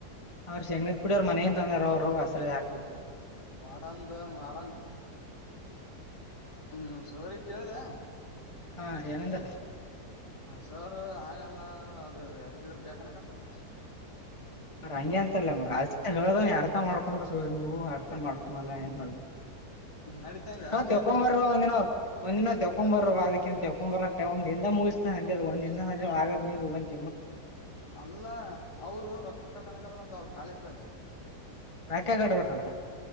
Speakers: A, on the left (about 20°); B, on the left (about 80°).
A: ಅವ್ರ ಶೇಂಗದ ಪುಡಿ ಅವ್ರ ಮನೆ ಇಂದ ತಂದಾರ ಅವ್ರು ಹಸಲೀ ಹಾಕಲ್ರ
B: ವಾರ್ಡನ್ ದು ವಾರ್ಡನ್ ಹ್ಮ ಸೋರಿಗ್ ಕೇಳ್ದೆ
A: ಹಾ ಏನಂದ್ರ
B: ಸರ್ ಆಗಲ್ಲ ಅದು ಎಟ್ಟೊತ್ತಿದ್ರು ಬೇಕನ್ನಕುತ್ತಾರ ಲೇ
A: ಅವ ಹಂಗೆ ಅಂತಲ್ಲ ಮಗ ಹೇಳ ಅರ್ಥ ಮಾಡ್ಕೊಂಬಲ್ಲ ಸೋ ನೀವು ಅರ್ಥ ಮಾಡ್ಕೊಂಬಲ್ಲ ಏನ್ ಮಾಡುದ
B: ನಡಿದ್ದೇಂದ
A: ಹೋ
B: ಅಷ್ಟೇ
A: ತ್ತೆಕೊಂಬರೋ
B: ಇದ್ರ
A: ಒಂದಿನ ಒಂದಿನ ತೆಕ್ಕೊಂಬರ್ರೋ <unintelligible>
B: ಅಲ್ಲ ಅವರು ರೊಕ್ಕ ಕಟ್ಟಣಕ್ಕದ್ರ ಅಂತ ಅವರು ಕಾಲೇಜ್ದಾಗ
A: ಯಾಕೆ ಕಟ್ಬೇಕಂತ